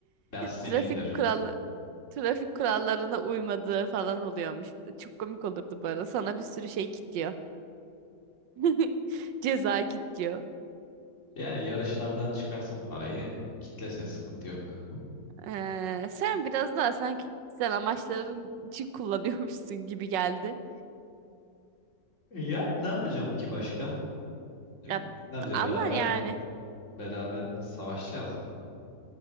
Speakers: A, on the left; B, on the right.
A: Lastiğini
B: Trafik
A: indiririm.
B: kuralı trafik kurallarına uymadığı falan oluyormuş. Çok komik olurdu bu arada. Sana bir sürü şey kitliyor. <laughs> Ceza kitliyor.
A: Yani yarışlardan çıkarsın parayı kitlesin sıkıntı yok.
B: Ee, sen biraz daha sanki kişisel amaçların için kullanıyormuşsun gibi geldi.
A: E, yani ne yapacağım ki başka? E,
B: Ya,
A: Ne yapacağız
B: ama
A: beraber
B: yani
A: beraber savaşacağız mı?